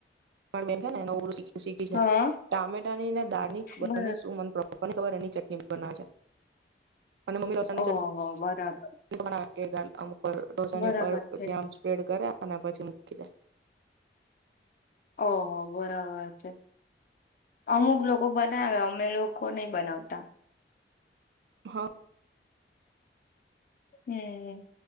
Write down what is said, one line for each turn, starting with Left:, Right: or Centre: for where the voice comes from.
Right: મળ બે નવું શી શીખી છે,
Left: હા
Right: ટામેટાનીને દાળ ની ખબર
Left: બરાબર
Right: ને શું મ <unintelligible> ખબર એની ચટણી બનાવે છે, અને મમ્મી લસણની
Left: ઓહો
Right: ચટ
Left: બરાબર
Right: વામક <unintelligible> ઉપ ડોસાની
Left: બરાબર
Right: ઉપરમ
Left: છે
Right: સ્પ્રેડ અને પછી મૂકી દે.
Left: ઓ બરાબર છે, અમુક લોકો બનાવે અમે લોકો નહી બનાવતા.
Right: હ.
Left: હમ્મ.